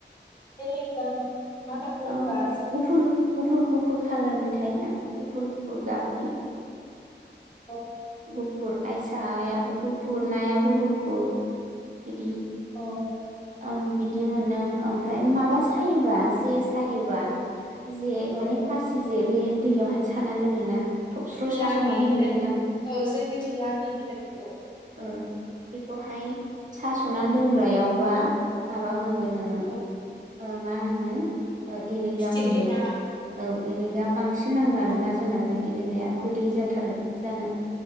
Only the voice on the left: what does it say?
<inaudible> मा नाखौ होनोब्ला
जों
औ
औ औ
औ
लाङि होनो
औ जोंनिथिं लानि होनो बेखौ
औ
फिथिख्रि
ना
औ
औ